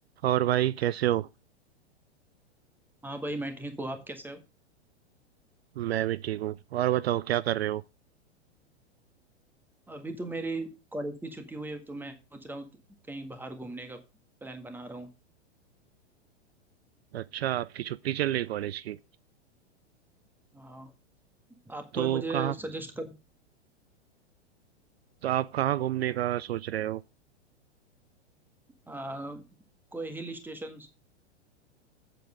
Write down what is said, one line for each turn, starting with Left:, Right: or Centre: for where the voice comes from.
Right: और भाई कैसे हो
Centre: हाँ भाई मैं ठीक हूँ आप कैसे हो
Right: मैं भी ठीक हूँ और बताओ क्या कर रहे हो
Centre: अभी तो मेरी कॉलेज की छुट्टी हुई है तो मैं सोच रहा हूँ तो कहीं बाहर घूमने का प्लान बना रहा हूँ
Right: अच्छा आपकी छुट्टी चल रही कॉलेज की
Centre: हाँ आप
Right: तो
Centre: कोई मुझे
Right: कहाँ
Centre: सजेस्ट कर
Right: तो आप कहाँ घूमने का सोच रहे हो
Centre: आ, कोई हिल स्टेशन